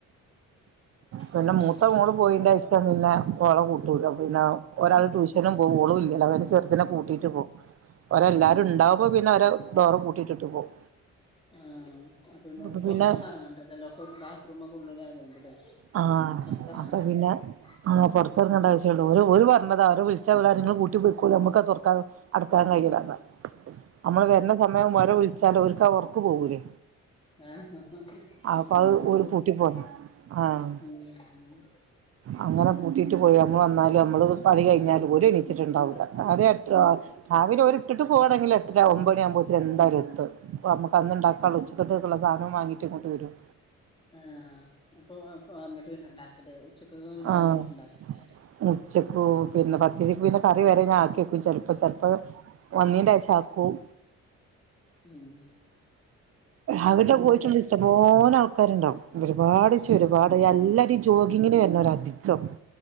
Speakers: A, on the right; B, on the left.
A: പിന്നെ
B: ആഹ്
A: മൂത്ത മൂള് പോയിന്റെ ഇഷ്ടം പിന്നെ കൊറേ കൂട്ടക്ക പിന്നെ ഒരാൾ ട്യൂഷനും പോോളും ഇല്ലോ അവെ ചെറു അതിനെ കൂട്ടീട്ട് പോവും ഒരല്ല ഇണ്ടാവുമ്പൊ പിന്നെ ഓര് ഡോറ് പൂട്ടിട്ട് പോവും
B: ആഹ് പിന്നോൽക്ക്
A: അപ്പൊ
B: പൊറത്തൊന്നും
A: പിന്നെ
B: എറങ്ങണ്ടല്ലല്ലോ ബാത്റൂമൊക്കെ ഉള്ളിലായതുകൊണ്ടല്ലേ
A: ആഹ്
B: പൊറത്തെറങ്ങണ്ടല്ലോ
A: അപ്പൊ പിന്നെ
B: ഇപ്പങ്ങനെ
A: പൊറത്തെങ്ങണ്ട ആവശ്യ ളളു ഓല് ഒ എന്നത് അവരെ വിളിച്ചാ അവളറിം ഇങ്ങള് പൂട്ടി പെയ്ക്കോളിം നമുക്കത് തൊറക് ക്കാലോ അടക്കാൻ കഴിയൂലാന്നാ അമ്മള് വരുന്ന സമയം <unintelligible> വിളിച് ചെലോൽക്ക ഉറക്ക് പോവൂലേ
B: ആ <unintelligible>
A: അപ്പൊ അത്
B: അവളപ്പോ
A: ഓര് പൂട്ടി പോന്ന് ആഹ്
B: ഉം ഉം
A: അങ്ങനെ പൂട്ടീട്ട് പോയി അമ്മൾ വന്നാല് അമ്മള് പണി കഴിഞ്ഞാല് ഓല് എനിച്ചിട്ടുണ്ടാവൂല <unintelligible> രാവിലെ ഓല് ഇട്ട് പോവാണെങ്കില് എട്ടര ഒമ്പണിയാവുമ്പോത്തിന് എന്തായാലും എത്തും അപ്പൊ അമ്മക്കക്കന്ന്ണ്ടാക്കാള്ള ഉച്ചക്കത്തേക്ക്ള്ള സാധനം വാങ്ങീട്ട് ഇങ്ങോട്ട് വരും
B: ആഹ് അപ്പൊ അപ്പൊ വന്നിട്ട് പിന്നെ ഇണ്ടാക്കല് ഉച്ചക്കൊ <unintelligible> പിന്നെ
A: ആഹ്
B: വന്നിട്ട്ണ്ടാക്കുലേ
A: ഉച്ചക്ക് പിന്നെ പത്തീതിക്ക് പിന്നെ കറി വരെ ഞാൻ ആക്ക്യേക്കും ചെലപ്പോ ചെലപ്പോ വന്നീൻ്റെഷാക്കും
B: ഉം
A: അവിടെ
B: വന്നിട്ട്
A: പോയിട്ടുണ്ടെ ഇസ്ടം പോലെ ആൾക്കാര്ണ്ടാവും ഒരുപാട് ച്ച
B: ഏഹ്
A: ഒരുപാട് എല്ലാരും ഈ ച് ജോഗിങ്ങിന് വര്ണോരാ അധി കം